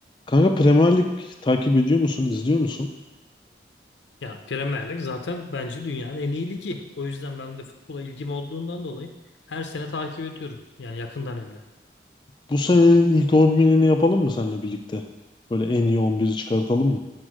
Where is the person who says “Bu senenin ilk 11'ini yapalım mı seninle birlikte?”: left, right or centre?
Left